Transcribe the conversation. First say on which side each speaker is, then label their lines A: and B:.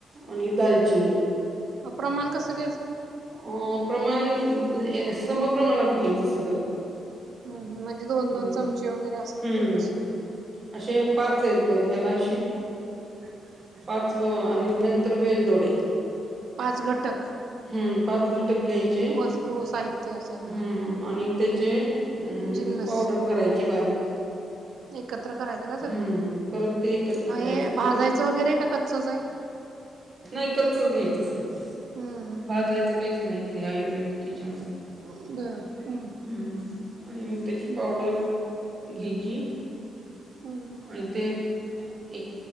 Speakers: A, on the right; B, on the right.
A: आणि दालचिनी.
B: बर प्रमाण कसं घ्यायचे?
A: अ प्रमाण सम प्रमाणात घ्यायचं, सगळं.
B: हम म्हणजे, दोन दोन
A: हम्म
B: चमचे वगैरे असलं
A: हम्म
B: तर तसं
A: असे
B: हम्म
A: पाच
B: हम्म.
A: आहेत, बघ ह्याला शी
B: <unintelligible>
A: पाचवं आणि नंतर वेलदोडे.
B: पाच घटक.
A: हम पाच घटक घ्यायचे,
B: वस्तू साहित्य असं हा
A: हम आणि त्याचे अं,
B: <unintelligible>
A: पावडर करायची बारीक.
B: एकत्र करायचं का, सगळं
A: हं, परत ते एकत्र
B: मग हे
A: करायची
B: भाजायचं
A: ते
B: वगैरे का कच्चच आहे?
A: नाही, कच्चच घ्यायचं सगळं.
B: हम्म
A: भाजायचं काहीच नाहीत हे आयुर्वेदिक ह्याच्यामध्ये.
B: हम्म बर हम्म
A: हम्म आणि मग त्याची
B: हम्म
A: पावडर घ्यायची?
B: हम्म हम्म
A: आणि ते एक